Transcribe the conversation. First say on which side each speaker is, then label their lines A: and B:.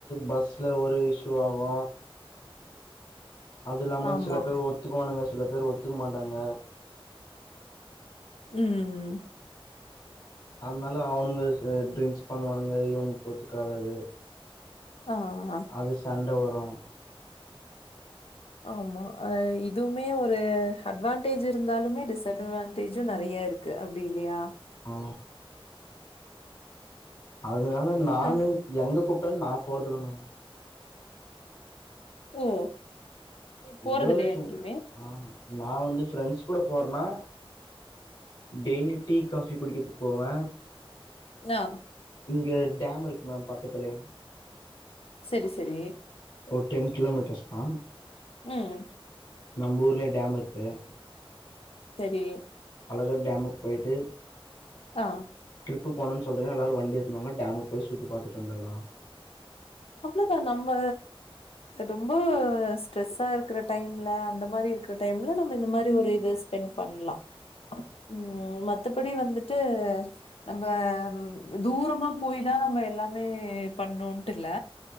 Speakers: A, on the left; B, on the left.
A: பஸ்ல ஒரே இஷூ ஆகு அது இல்லாம
B: ஆமா.
A: சில பேர் ஒத்துக்கவானுங்க சில பேர் ஒத்துக்க மாட்டாங்க
B: ம் ம் ம்
A: அதனால அவனுங்க ட்ரிங்க்ஸ் பண்ணுவானுங்க இவனுக்கு ஒத்துக்காதாது
B: ஆ அ
A: ஒரே சண்டை வரு
B: ஆமா அ இதுமே ஒரு அட்வான்டேஜ் இருந்தாலுமே டிஸ்அட்வான்டேஜு நெறைய இருக்கு அப்டி இல்லயா
A: ஆ அதனால
B: அப்டின்னா
A: நானு எங்க கூப்பிட்டாலு நா போறதில்ல மேம்
B: ஓ போறதில்லையா
A: ஏதோ சும்
B: எங்கிமே
A: ஆ நா வந்து ஃப்ரெண்ட்ஸ் கூட போறேனா டெய்லி டீ காஃபி குடிக்கிறதுக்கு போவே
B: ஆ
A: இங்கே டேம் இருக்கு மேம் பக்கத்துலே
B: செரி செரி
A: ஒரு டென் கிலோமீட்டர்ஸ் தா
B: ம்
A: நம்ம ஊர்ல டேம் இருக்கு
B: செரி
A: அழகா டேமுக்கு போயி்ட்டு
B: ஆ
A: ட்ரிப்பு போனன்னு சொல்லிற எல்லாரு வண்டி எத்துனுவாங்க டேமுக்கு போய் சுத்தி பாத்துட்டு வந்துலா
B: அவ்ளோதா நம்ம ரொம்ப ஸ்ட்ரெஸ்ஸா இருக்கிற டைம்ல அந்த மாரி இருக்கிற டைம்ல நம்ம இந்த மாரி ஒரு இது ஸ் பெண்ட் பண்லா ம் மத்த ப்டி வந்துட்டு நம்ம தூரமா போயி தா நம்ம எல்லாமே பண்ணுன்ட்டு இல்ல